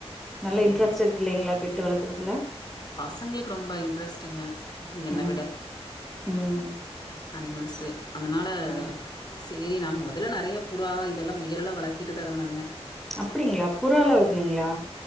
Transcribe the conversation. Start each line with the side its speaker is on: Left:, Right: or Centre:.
Centre: நல்ல
Left: சொல்லுங்க.
Centre: இன்ட்ரெஸ்ட் இருக்கு இல்லைங்களா? பெட் வளர்த்துறதுல?
Left: பசங்களுக்கு ரொம்ப இன்ட்ரெஸ்டுங்க என்ன
Centre: ம்.
Left: விட.
Centre: ம்.
Left: அனிமல்சு. அதனால
Centre: ம்.
Left: சேரி நாங்க முதல்ல நிறைய புறா இதெல்லாம் முயல்லல்லாம் வளர்த்திட்டுர்ந்தேங்க
Centre: அப்படிங்களா புறா ல வளத்துனீங்களா